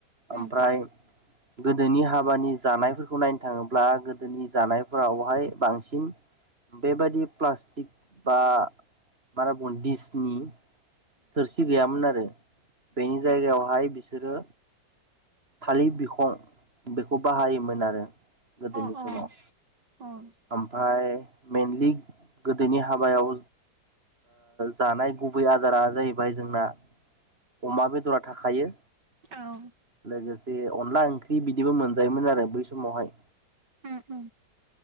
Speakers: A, on the right; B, on the right.
A: अ
B: ओमफ्राय गोदोनि हाबानि जानायफोरखौ नायनो थाङोब्ला गोदोनि जानाय फोरावहाय बांसिन बेबायदि प्लास्टिक बा बारा बन दिसनि थोरसि गैयामोन आरो बेनि जायगायावहाय बिसोरो थालिर बिखं बेखौ बाहायोमोन आरो गोदोनि
A: औ औ
B: समाव
A: औ अ आतसा
B: ओमफ्राय मेनलि गोदोनि हाबायाव जानाय गुबै आदारा जाहैबाय जोंना अमा बेदरा थाखायो
A: औ
B: लोगोसे अनला ओंख्रि बिदिबो मोनजायोमोन आरो बै समावहाय
A: उम उम